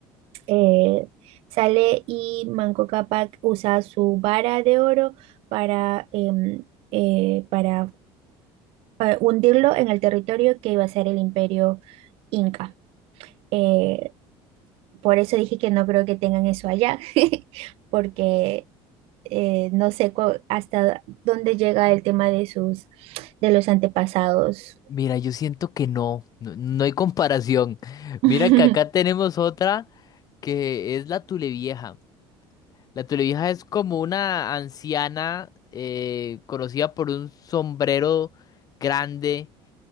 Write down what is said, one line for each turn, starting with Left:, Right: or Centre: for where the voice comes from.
Right: Eh, sale y Manco Cápac usa su vara de oro para, em, eh, para para hundirlo en el territorio que iba a ser el imperio inca. Eh, por eso dije que no creo que tengan eso allá, <laughs> porque eh, no sé cu- hasta dónde llega el tema de sus, de los antepasados.
Left: Mira, yo siento que no, no, no hay comparación.
Right: <laughs>
Left: Mira que acá tenemos otra que es la Tulevieja. La Tulevieja es como una anciana eh, conocida por un sombrero grande